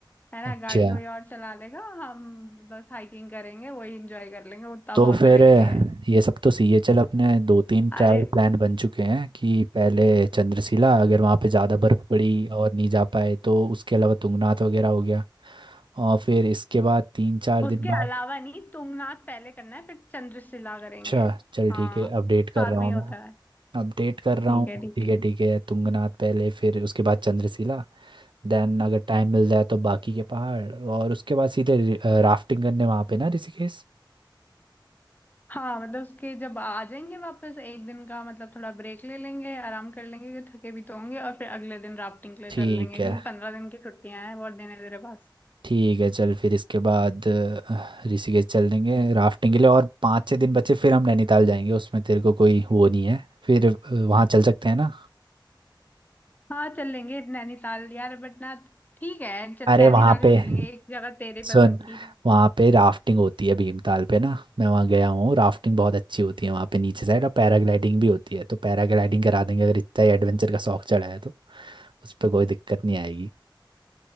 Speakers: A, on the left; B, on the right.
A: है ना
B: अच्छा
A: गाड़ी कोई और चला लेगा हम बस हाइकिंग करेंगे वही एंजॉय कर लेंगे उतना
B: तो
A: बहुत
B: फिर
A: है मेरे लिए
B: ये सब तो सीए चल अपने दो तीन
A: अरे
B: ट्रैवल प्लान बन चुके हैं कि पहले चंद्रशिला अगर वहाँ पे ज़्यादा बर्फ़ पड़ी और नहीं जा पाए तो उसके अलावा तुंगनाथ वगैरह हो गया और फिर इसके बाद तीन चार दिन
A: उसके
B: बाद
A: अलावा नहीं तुंगनाथ पहले करना है फिर चंद्रशिला करेंगे
B: अच्छा चल
A: हाँ
B: ठीक है अपडेट कर
A: साथ
B: रहा
A: में
B: हूँ
A: ही होता
B: मैं
A: है
B: अपडेट कर रहा
A: ठीक
B: हूँ
A: है ठीक
B: ठीक
A: है
B: है ठीक है तुंगनाथ पहले फिर उसके बाद चंद्रशिला देन अगर टाइम मिल जाए तो बाकी के पहाड़ और उसके बाद सीधे राफ्टिंग करने वहाँ पे ना ऋषिकेश
A: हाँ मतलब उसके जब आ जाएंगे वापस एक दिन का मतलब थोड़ा ब्रेक ले लेंगे आराम कर लेंगे क्योंकि थके भी तो होंगे और फिर अगले दिन राफ्टिंग के लिए
B: ठीक
A: चल लेंगे
B: है
A: क्योंकि पंद्रह दिन की छुट्टियां हैं बहुत दिन है तेरे पास
B: ठीक है चल फिर इसके बाद अ, ऋषिकेश चल देंगे राफ्टिंग के लिए और पाँच छः दिन बचे फिर हम नैनीताल जाएंगे उसमें तेरे को कोई वो नहीं है फिर अ, वहाँ चल सकते हैं ना
A: हाँ चल लेंगे नैनीताल यार बट ना ठीक है चल
B: अरे
A: नैनीताल
B: वहाँ पे
A: भी चलेंगे एक जगह तेरे
B: सुन
A: पसंद की
B: वहाँ पे राफ्टिंग होती है भीमताल पे ना मैं वहाँ गया हूँ राफ्टिंग बहुत अच्छी होती है वहाँ पे नीचे साइड और पैराग्लाइडिंग भी होती है तो पैराग्लाइडिंग करा देंगे अगर इतना ही एडवेंचर का शौक चढ़ा है तो उस पर कोई दिक्कत नहीं आएगी